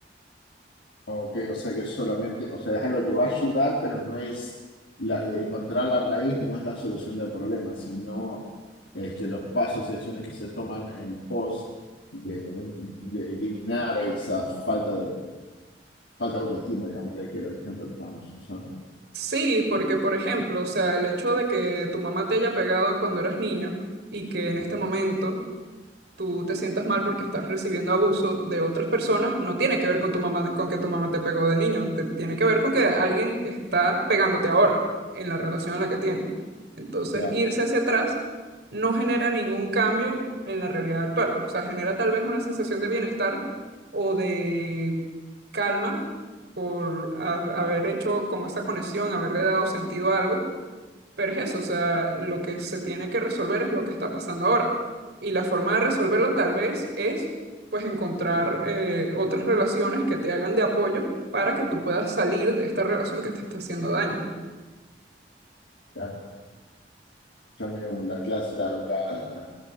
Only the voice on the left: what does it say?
Ok, o sea que solamente, o sea, es algo que va a ayudar, pero no es la, encontrar la raíz, no es la solución del problema, sino este, los pasos y acciones que se toman en pos de, de eliminar esa falta de, falta de autoestima, digamos, de que era el ejemplo que estábamos usando.
Ujú,
Claro,
claro. Ya veo la clase, la, la-